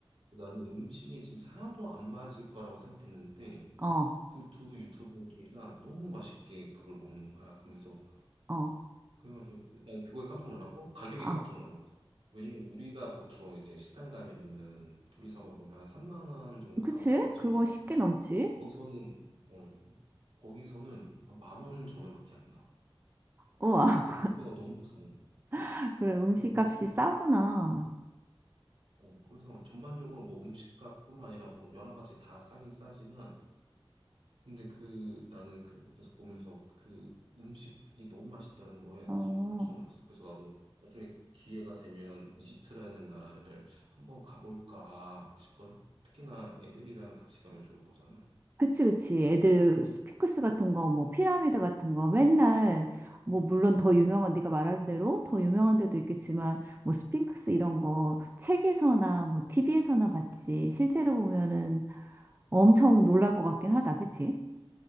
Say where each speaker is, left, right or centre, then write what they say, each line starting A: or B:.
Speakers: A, on the right; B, on the right.
A: 나는 음식이 진짜 하나도 안 맞을 거라고 생각했는데
B: 어,
A: 그 두 유튜브 둘 다 너무 맛있게 그걸 먹는 거야. 그러면서
B: 어,
A: 그래가지고 일단 그거에 깜짝 놀랐고 가격에
B: 아,
A: 깜짝 놀랐고 왜냐면 우리가 보통 이제 식당 가면은 둘이서 먹으면 한 3만 원 정도
B: 그치?
A: 나오잖아 전으로
B: 그거 쉽게 넘지?
A: 거기서는 어, 거기서는 만원 전후밖에 안 나와
B: 우와,
A: 그러니까 물가가 너무 싼 거야
B: <laughs> 그래, 음식값이
A: 그래가지고
B: 싸구나.
A: 어, 그래서 전반적으로 뭐 음식값뿐만 아니라 뭐 여러 가지 다 싸긴 싸지만 근데 그 나는 그 계속 보면서 그 음식이 너무 맛있다는 거에
B: 어.
A: 좀 깜짝 놀랐어. 그래서 나도 나중에 기회가 되면 이집트라는 나라를 한번 가볼까 싶거나 특히나 애들이랑 같이 가면 좋을 거잖아.
B: 그치, 그치. 애들
A: 아무튼
B: 스핑크스 같은 거, 뭐
A: 음,
B: 피라미드 같은 거 맨날 뭐 물론 더
A: 음,
B: 유명한 네가 말한 대로 더 유명한 데도 있겠지만 뭐 스핑크스 이런 거 책에서나 뭐 티비에서나 봤지 실제로 보면은
A: 음,
B: 엄청 놀랄 것 같긴 하다. 그치?